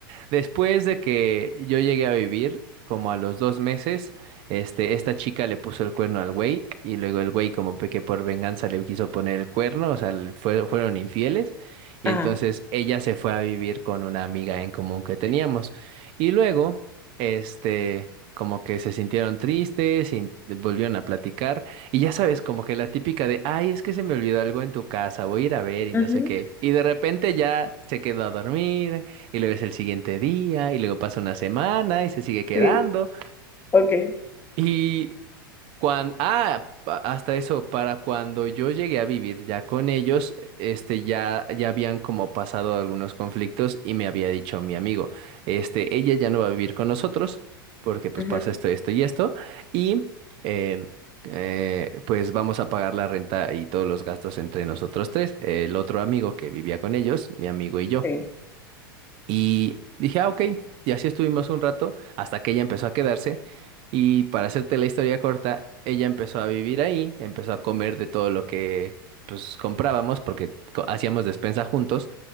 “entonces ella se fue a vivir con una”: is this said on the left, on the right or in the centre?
Right